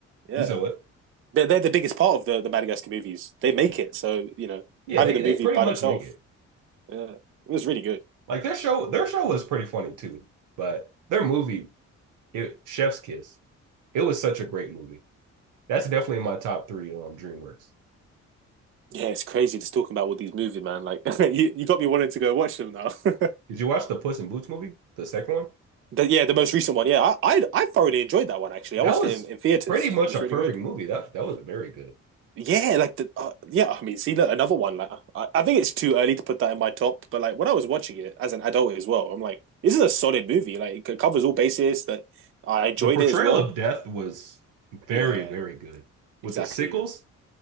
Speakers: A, on the right (about 45°); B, on the right (about 85°).
A: Yeah.
B: You saw it.
A: they're, they're the biggest part of the, the Madagascar movies. They make it. So, you know,
B: Yeah,
A: having
B: they
A: the
B: they
A: movie
B: pretty
A: by
B: much
A: themselves,
B: make it.
A: yeah, it was really good.
B: Like their show their show was pretty funny too, but their movie It Chef's Kiss. It was such a great movie. That's definitely my top three um DreamWorks.
A: Yeah, it's crazy just talking about all these movies, man. Like, <laughs> you, you got me wanting to go watch them now. <laughs>
B: Did you watch the Puss in Boots movie, the second one?
A: But yeah, the most recent one. Yeah, I, I, I thoroughly enjoyed that one, actually.
B: That
A: I watched
B: was
A: it in, in theaters.
B: pretty much
A: It was
B: a
A: really
B: perfect
A: good.
B: movie. That that was very good.
A: Yeah, like, the, uh, yeah, I mean, see, look, another one. Like, I, I think it's too early to put that in my top, but like, when I was watching it as an adult as well, I'm like, this is a solid movie. Like, it covers all bases. That I enjoyed
B: The portrayal
A: it as well.
B: of death was very,
A: Yeah,
B: very good. With
A: exactly.
B: the sickles,